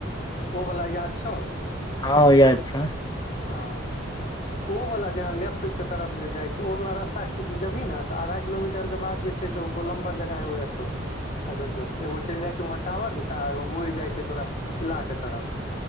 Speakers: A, on the left; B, on the left.
A: ओ वाला याद छौ?
B: हँ याद छै।
A: ह तऽ ओ वाला, जेहाँ लेफ्ट के तरफ जे जाइ छै, ओ वाला रास्ता जे जाइ ने तऽ आधा किलोमीटर के बाद जे। गोलम्बर जकाँ हुअतौ, हसनचक एगो चलि जाइ छै वहाँ। टावर दिसा एगो मुरि जाइ छै। तोरा किला के तरफ